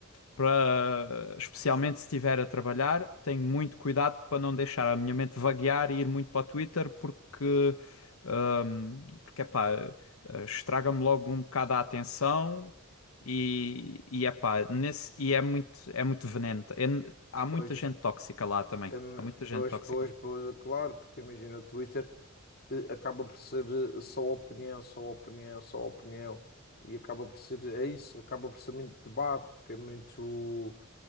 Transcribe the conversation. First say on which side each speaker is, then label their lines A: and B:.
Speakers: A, on the left; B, on the left.
A: para, especialmente se estiver a trabalhar, tenho muito cuidado para não deixar a minha mente vaguear e ir muito para o Twitter, porque Ahm, porque, epá, eh, estraga-me logo um bocado a atenção e, e, epá, nesse, e é muito, é muito veneno. É n- há muita
B: Pois,
A: gente tóxica lá também.
B: em-
A: Há muita gente
B: pois,
A: tóxica.
B: pois, pois, é claro, porque imagina, o Twitter eh, acaba por ser eh, só opinião, só opinião, só opinião, e acaba por ser, é isso, acaba por ser muito debate, porque é muito.